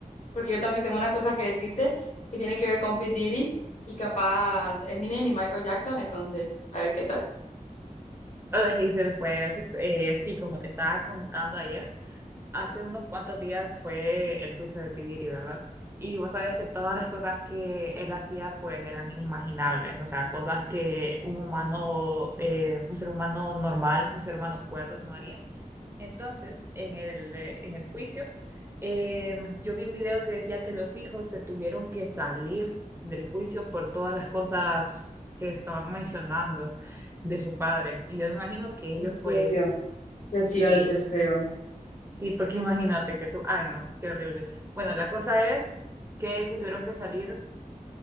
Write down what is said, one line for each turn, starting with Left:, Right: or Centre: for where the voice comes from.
Left: Porque yo también tengo unas cosas que decirte que tienen que ver con Pete Diddy y capaz Eminem y Michael Jackson, entonces, a ver qué tal.
Right: Hola Giselle, pues eh, sí, como te estaba contando ayer, hace unos cuantos días fue el juicio de Pibiri, ¿verdad? Y vos sabés que todas las cosas que él hacía pues eran inimaginables, o sea, cosas que un humano, eh, un ser humano normal, un ser humano cuerdo no haría. Entonces, en el, eh, en el juicio, eh, yo vi un video que decía que los hijos se tuvieron que salir del juicio por todas las cosas que estaban mencionando de su padre. Y yo imagino que ellos,
Left: En
Right: pues,
Left: serio, que
Right: sí,
Left: sí ha de
Right: ellos,
Left: ser feo.
Right: sí, porque imagínate que tú, ay, no, qué horrible. Bueno, la cosa es que se tuvieron que salir